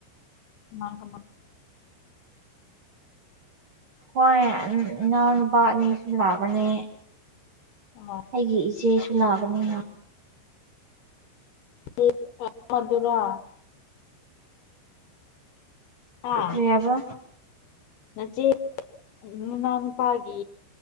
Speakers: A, on the left (about 70°); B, on the right (about 75°).
A: ꯀꯅꯥ ꯀꯅꯥ
B: ꯈꯣꯏ ꯏꯅꯥꯎꯅꯨꯄꯥ ꯑꯅꯤꯁꯨ ꯂꯥꯛꯀꯅꯤ
A: ꯀꯅꯥ
B: ꯑꯩꯒꯤ ꯏꯆꯦꯁꯨ ꯂꯥꯛꯀꯅꯤ
A: <unintelligible> ꯃꯗꯨꯨꯔꯥ ꯍꯥ
B: ꯀꯔꯤ ꯍꯥꯏꯕ
A: ꯅꯆꯦ ꯅꯅꯥꯎ ꯅꯨꯄꯥꯒꯤ